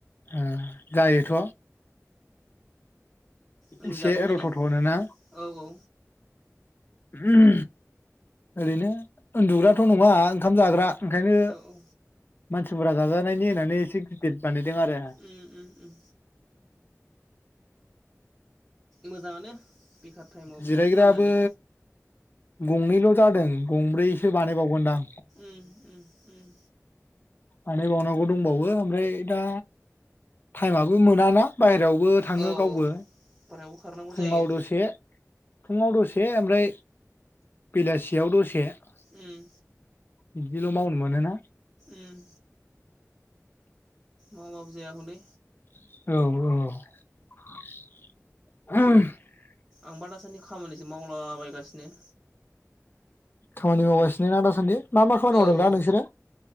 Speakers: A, on the left; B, in the centre.
A: ओ जायोथ'
B: उन्दुजागोनबो
A: एसे रथ'
B: ने
A: थनो ना
B: औ औ
A: ओम ओरैनो उन्दुग्राथ' नङा ओंखाम जाग्रा। ओंखायनो
B: औ औ
A: मानसिफोरा जाजानायनि होननानै एसे गिदिर बानाय दिमार <unintelligible>
B: उम उम उम मोजाङानो बेखार टाइमाव बिदिफोर
A: जिरायग्राबो
B: बाननानै
A: गंनैल' जादों गंब्रैसो बानायबावगोन दा
B: ओम ओम ओम।
A: बानाय बावनांगौ दं बावो ओमफ्राय दा टाइमाबो मोनाना। बायेरायावबो थाङो
B: औ
A: गावबो
B: बारायावबो खारनांगौ
A: फुङाव
B: जायो
A: दसे फुङाव दसे ओमफ्राय बेलासियाव दसे।
B: उम
A: <inaudible> बिदिल' मावनो मोनो ना।
B: ओम। मावाबाबो जाया हनै।
A: औ औ।
B: आं बा दासोनि खामानिसो मावलाबायगासिनो।
A: खामानि मावगासिनो ना दासान्दि? मा मा खामानि मावदों
B: औ
A: दा
B: औ
A: नोंसोरो